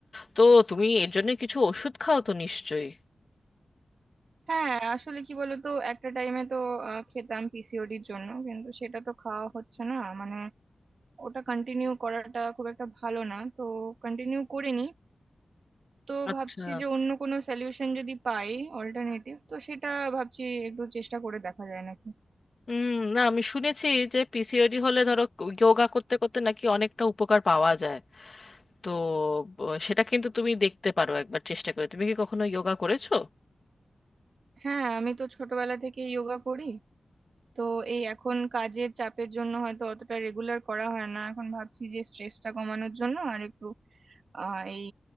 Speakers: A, on the left (about 45°); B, on the right (about 85°).
A: তো তুমি এর জন্য কিছু ওষুধ খাও তো নিশ্চয়ই
B: হ্যাঁ আসলে কি বলতো একটা টাইমে তো আহ, খেতাম পিসিওডির জন্য কিন্তু সেটা তো খাওয়া হচ্ছে না মানে ওটা কন্টিনিউ করাটা খুব একটা ভালো না তো কন্টিনিউ করিনি তো
A: আচ্ছা
B: ভাবছি যে অন্য কোনো সলিউশন যদি পাই অল্টারনেটিভ তো সেটা ভাবছি একটু চেষ্টা করে দেখা যায় নাকি
A: হুম না আমি শুনেছি যে পিসিওডি হলে ধরো যোগা করতে করতে নাকি অনেকটা উপকার পাওয়া যায় তো ব- সেটা কিন্তু তুমি দেখতে পারো একবার চেষ্টা করে তুমি কি কখনো যোগা করেছো
B: হ্যাঁ আমি তো ছোটবেলা থেকে যোগা করি তো এই এখন কাজের চাপের জন্য হয়তো অতটা রেগুলার করা হয় না এখন ভাবছি যে স্ট্রেসটা কমানোর জন্য আর একটু আহ এই